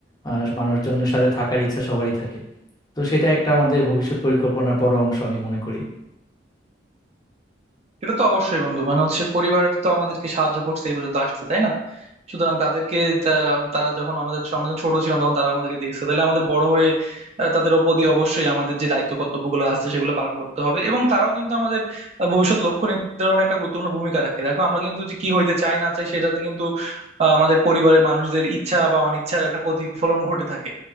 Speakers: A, on the left; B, on the right.
A: আহ, মানুষজনের সাথে থাকার ইচ্ছা সবারই থাকে তো সেটা একটা আমাদের ভবিষ্যৎ পরিকল্পনার বড় অংশ আমি মনে করি
B: এটা তো অবশ্যই বন্ধু মানে হচ্ছে পরিবার তো আমাদেরকে সাহায্য করছে এই পর্যন্ত আসতে তাই না সুতরাং তাদেরকে তা- তারা যখন আমাদের ছ- আমরা যখন ছোট ছিলাম তখন তারা আমাদেরকে দেখছে তাহলে আমাদের বড় হয়ে আহ, তাদের প্রতি অবশ্যই আমাদের যে দায়িত্ব কর্তব্যগুলো আছে সেগুলো পালন করতে হবে এবং তারাও কিন্তু আমাদের আহ, ভবিষ্যৎ লক্ষ্য নির্ধারণে একটা গুরুত্বপূর্ণ ভূমিকা রাখে দেখো আমরা কিন্তু যে কি হইতে চাই না চাই সেটাতে কিন্তু আহ, আমাদের পরিবারের মানুষদের ইচ্ছা বা অনিচ্ছার একটা প্রতিফলন ঘটে থাকে